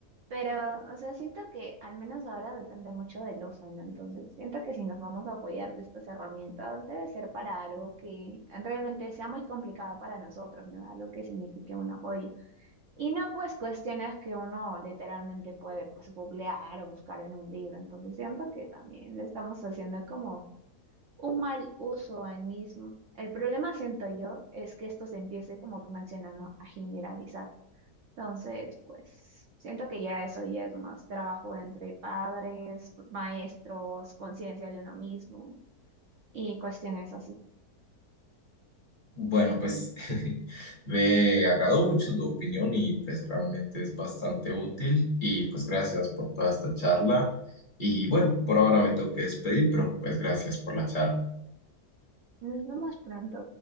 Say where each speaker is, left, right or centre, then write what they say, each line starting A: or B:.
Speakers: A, on the right; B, on the left.
A: Pero, o sea, siento que al menos ahora depende mucho del uso, ¿no? Entonces, siento que si nos vamos a apoyar de estas herramientas, debe ser para algo que realmente sea muy complicado para nosotros, ¿no? Algo que signifique un apoyo. Y no, pues cuestiones que uno literalmente puede pues googlear o buscar en un libro. Entonces siento que también le estamos haciendo como un mal uso al mismo. El problema, siento yo, es que esto se empiece, como tú mencionas, ¿no? a generalizar. Entonces, pues siento que ya eso ya es más trabajo entre padres, maestros, conciencia de uno mismo y cuestiones así.
B: Bueno, pues <laughs> me agradó mucho tu opinión y pues realmente es bastante útil y pues gracias por toda esta charla y bueno, por ahora me tengo que despedir, pero pues gracias por la charla.
A: Nos vemos pronto.